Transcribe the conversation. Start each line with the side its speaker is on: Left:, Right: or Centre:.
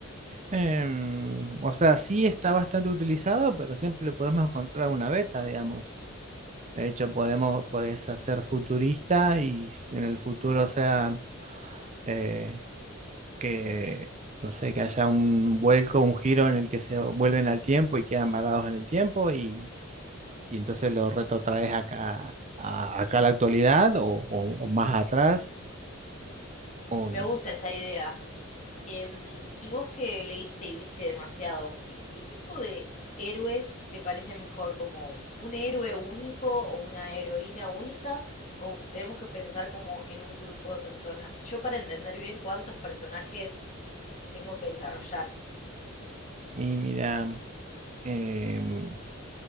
Right: Em, o sea, sí está bastante utilizado, pero siempre le podemos encontrar una beta, digamos. De hecho, podemos, podés hacer futurista y en el futuro, o sea, eh, que, no sé, que haya un vuelco, un giro en el que se vuelven al tiempo y quedan varados en el tiempo y y entonces lo retrotraes acá, a, acá a la actualidad o, o- o más atrás. o-
Left: Me gusta esa idea. Em, y vos que leíste y viste demasiado, ¿qué, qué tipo de héroes te parece mejor? ¿Como un héroe único o una heroína única? ¿O tenemos que pensar como en un grupo de personas? Yo para entender bien cuántos personajes tengo que desarrollar.
Right: y mira, em,